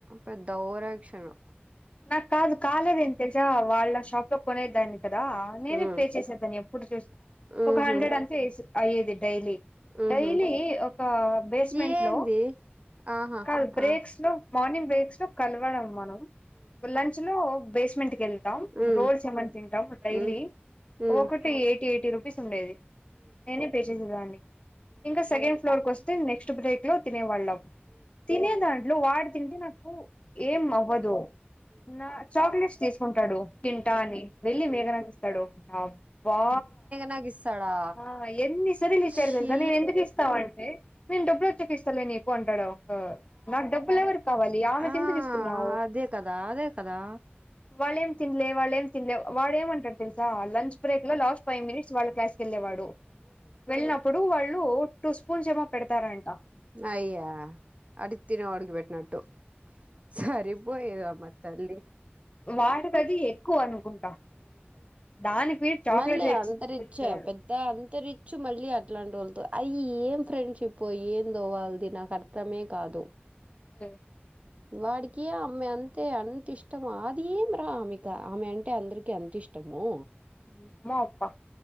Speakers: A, on the right; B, on the left.
A: పెద్ద ఓరాక్షన్
B: నాకు కాదు కాలేదుేం తెసా వాళ్ళ షాప్ లో కొనేదాన్ని కదా నేనే
A: ఉమ్,
B: పే చేసేదాన్ని ఎప్పుడు చూ
A: ఉహు
B: ఒక హండ్రెడ్ అంతే అయ్యేది డైలీ
A: ఉహు
B: డైలీ ఒక బేస్మెంట్
A: ఏంది
B: లో
A: ఆహా
B: కాదు బ్రేక్స్
A: ఆ
B: లో మార్నింగ్ బ్రేక్స్ లో కలవడం మనం లంచ్ లో బేస్మెంట్కి వెళ్తాం
A: ఉ
B: రోడ్స్ ఏమన్నా తింటాం డైలీ
A: ఉ మేఘ
B: ఒకటి ఎయిటీ ఎయిటీ రూపీస్ ఉండేది నేనే పే చేసేదాన్ని ఇంకా సెకండ్ ఫ్లోర్ క వస్తే నెక్స్ట్ బ్రేక్ లో తినేవాళ్ళము. తినే దాంట్లో వాడు తింటే నాకు ఏం అవ్వదు నా చాక్లెట్స్ తీసుకు ంటాడు తింటా అని వెళ్ళి మేఘనాకిస్తాడు. అబ్బా!
A: నాకు ఇస్తాడా
B: ఆ ఎన్ని సరిలు ఇచ్చారో
A: ఛీ
B: తెలుసా నేను ఎందుకు ఇస్తాను అంటే నేను డబ్బులు వచ్చాక ఇస్తాలే నీకు అంటాడు. ఆ నాకు డబ్బులు ఎవరికి కావాలి ఆమెకు
A: ఆ
B: ఎందుకు ఇస్తున్నావు?
A: అదే కదా అదే కదా
B: వాళ్లేం తినలే వాళ్లేం తినలే వాడేమంటాడో తెలుసా లంచ్ బ్రేక్ లో లాస్ట్ ఫైవ్ మినిట్స్ వాళ్ళ క్లాస్కి వెళ్ళేవాడు. వెళ్ళినప్పుడు, వాళ్ళు టూ స్పూన్స్ ఏమో పెడతారంట
A: అయ్యా అది తినే వాడికి పెట్టినట్టు సరిపోయారమ్మా తల్లీ
B: వాడికది అది ఎక్కువ అనుకుంటా, దానికి వేరే చాక్లెట్
A: మళ్ళీ
B: తెచ్చియచ్చు.
A: అంత రిచ్చే పెద్ద అంతరిచ్ మళ్ళీ అట్లాంటి వాళ్ళతో అయ ఏం ఫ్రెండ్షిప్ ఏదో వాళ్ళది నాకు అర్థమే కాదు.
B: అ <unintelligible>
A: వాడికి అమ్మె అంతే అంత ఇష్టమా? అది ఏంది రా ఆమెకు ఆమె అంటే అందరికీ అంతఇష్టం. ఇష్టమో
B: ఏమో అబ్బా